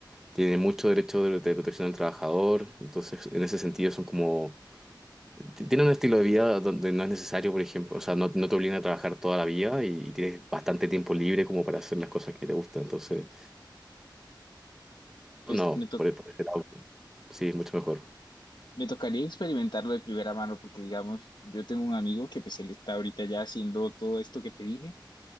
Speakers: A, in the centre; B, on the left.
A: tiene mucho derecho de, de protección del trabajador, entonces en ese sentido son como Ti- Tiene un estilo de vida donde no es necesario, por ejemplo, o sea, no, no te obligan a trabajar toda la vida y tienes bastante tiempo libre como para hacer las cosas que te gustan. Entonces,
B: Pues
A: no,
B: me, to-
A: por, por ese lado, sí, mucho mejor.
B: me tocaría experimentarlo de primera mano porque, digamos, yo tengo un amigo que pues él está ahorita ya haciendo todo esto que te dije